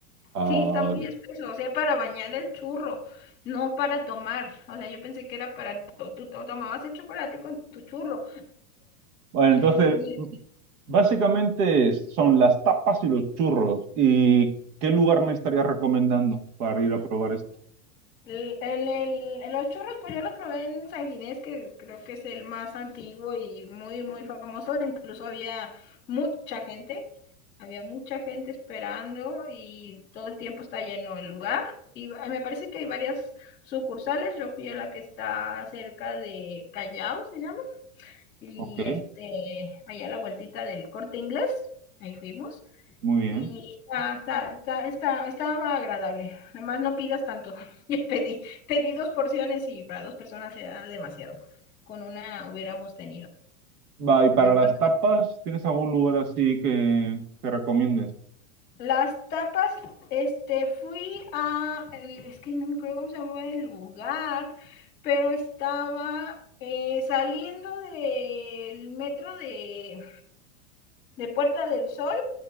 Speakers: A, on the right (about 80°); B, on the left (about 25°).
A: Ah,
B: Sí, está muy espeso, o sea, para bañar el churro, no para tomar. O sea, yo pensé que era para, tú, tú to- tomabas el chocolate con tu churro.
A: bueno, entonces
B: Muy
A: Básicamente son las tapas y los churros. ¿Y qué lugar me estarías recomendando para ir a probar esto?
B: El, el, el- los churros, pues yo los probé en San Ginés, que creo que es el más antiguo y muy, muy famoso. Incluso había mucha gente, había mucha gente esperando y todo el tiempo está lleno el lugar. Y me parece que hay varias sucursales. Yo fui a la que está cerca de Callao, se llama, y
A: Ok,
B: este, allá a la vueltita del Corte Inglés, ahí fuimos.
A: muy bien.
B: Y está, está, está, está, estaba agradable. Además, no pidas tanto. <laughs> Yo pedí, pedí dos porciones y para dos personas era demasiado. Con una hubiéramos tenido.
A: Va, y para
B: Entonces,
A: las tapas, ¿tienes algún lugar así que, que recomiendes?
B: las tapas, este, fui a, es que no me acuerdo cómo se llama el lugar, pero estaba eh, saliendo del metro de, de Puerta del Sol